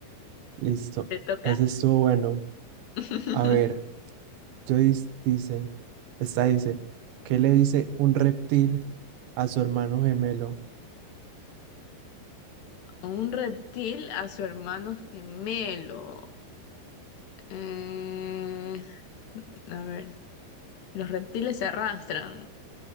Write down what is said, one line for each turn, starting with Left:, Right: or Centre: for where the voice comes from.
Right: listo.
Left: Te toca.
Right: Ese estuvo bueno.
Left: <laughs>
Right: A ver, Joyce dice, esta dice, ¿qué le dice un reptil a su hermano gemelo?
Left: Un reptil a su hermano gemelo. Eh, a ver, los reptiles se arrastran.